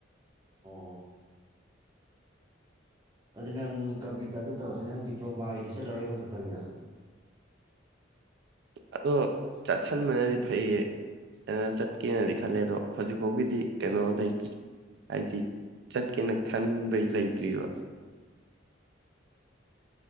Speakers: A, on the right (about 25°); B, on the right (about 60°).
A: ꯑꯣ ꯑꯗꯨ ꯅꯪ ꯀꯝꯄ꯭ꯌꯨꯇꯔꯗꯨ ꯇꯧꯔꯅꯤ ꯅꯪ ꯗꯤꯄ꯭ꯂꯣꯃꯥꯒꯤꯗꯤ ꯆꯠꯂꯔꯣꯏ ꯀꯝꯄ꯭ꯌꯨꯇꯔꯒꯤ
B: ꯑꯗꯣ ꯆꯠꯁꯟꯕꯅꯗꯤ ꯐꯩꯌꯦ ꯀꯩꯅ ꯆꯠꯀꯦꯅꯗꯤ ꯈꯜꯂꯦ ꯑꯗꯣ ꯍꯧꯖꯤꯛꯐꯥꯎꯒꯤꯗꯤ ꯀꯩꯅꯣ ꯂꯩꯇ꯭ꯔꯤ ꯍꯥꯏꯗꯤ ꯆꯠꯀꯦꯅ ꯈꯟꯕꯩ ꯂꯩꯇ꯭ꯔꯤꯕ